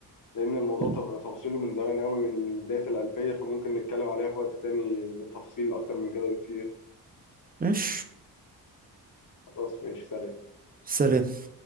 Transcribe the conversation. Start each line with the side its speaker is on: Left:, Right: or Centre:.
Left: لأن الموضوع
Right: مم.
Left: تف- تفاصيله من زمان قوي من بداية الألفية فممكن نتكلم عليها في وقت تاني بالتفاصيل أكتر من كده بكتير
Right: مش
Left: خلاص ماشي سلام
Right: سلام